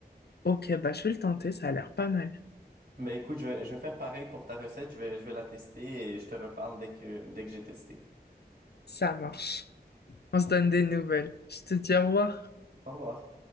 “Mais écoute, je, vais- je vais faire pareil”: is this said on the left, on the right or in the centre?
Right